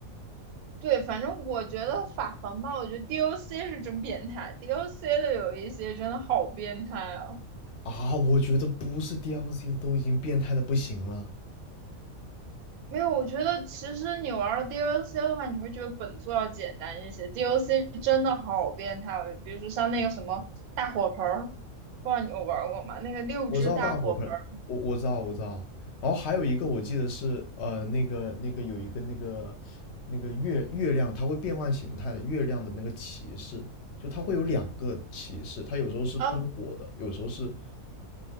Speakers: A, on the right; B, on the left.
A: 对，反正我觉得法环吧，我觉得 DOC 是真变态，DOC 的有一些真的好变态啊。
B: 啊，我觉得不是 DLC 的都已经变态的不行了。
A: 没有，我觉得其实你玩了 DLC 的话，你会觉得本作要简单一些。DLC 真的好变态哦，比如说像那个什么大火盆儿，不知道你有玩过吗？那个六只大火盆儿
B: 我知道大火盆，我我知道我知道。然后还有一个我记得是呃那个那个有一个那个那个月月亮，它会变换形态的，月亮的那个骑士，就它会有两个骑士，它有时候是喷火的，
A: 啊，
B: 有时候是